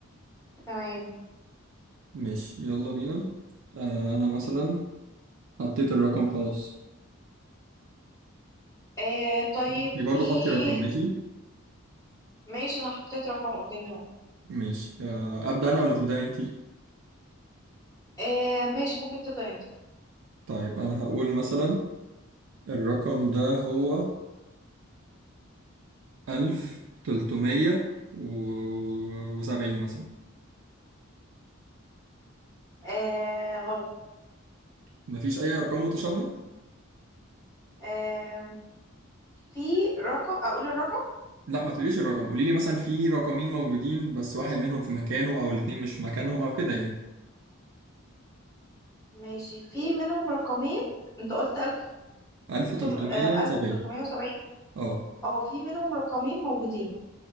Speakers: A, on the left; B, on the right.
A: تمام
B: ماشي يلا بينا آه... انا مثلا حطيت الرقم خلاص
A: آه طيب
B: انت برضه
A: في
B: حطي رقم ماشي
A: ماشي انا حطيت رقم قدامي اهو
B: ماشي آه... ابدا انا ولا تبداي انت
A: آه ماشي ممكن تبدأ انت
B: طيب انا هقول مثلا الرقم ده هو ألف تلتمية و- وسبعين مثلا
A: آه غلط
B: مفيش أي أرقام متشابهة؟
A: آه في رقم اقول الرقم
B: لا ما تقوليش الرقم قولي لي مثلا في رقمين موجودين بس واحد منهم في مكانه أو الاتنين مش في مكانهم أو كده يعني
A: ماشي في منهم رقمين انت قلت 1370
B: ألف تلتمية
A: اه
B: وسبعين
A: ألف وتلتمية وسبعين.
B: أه
A: اه في منهم رقمين موجودين